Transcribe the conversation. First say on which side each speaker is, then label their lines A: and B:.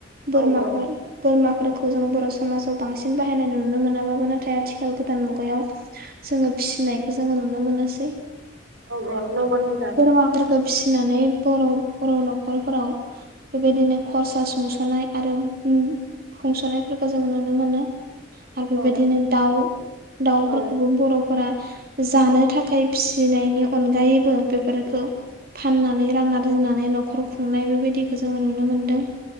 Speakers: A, on the right; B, on the right.
A: बोरमाफोर
B: औ
A: बोरमाफोर जों बर' समाव बांसिन बाहायनाय नुनो मोनाबो नाथाय आथिखाल गोदान मुगायाव जोङो फिसिनाय खो जोङो नुनो मोनसै
B: औ नंगौ नोंथां
A: बोरमा खो फिसिनानै बर' बर' न'खरफोराव बेबायदिनो खरसा सुंसनाय आरो उम खुंसनायफोरखौ जोंङो नुनो मोनो आरो बेबायदिनो
B: औ
A: दाउ दाउफोरखौबो
B: औ
A: बर फोरा जानो थाखाय फिनायनि अनगायैबो बेफोरखो फाननानै रां आरजिनानै नखर खुंनाय बे बेबायदिखो जोंङो नुनो मोनदों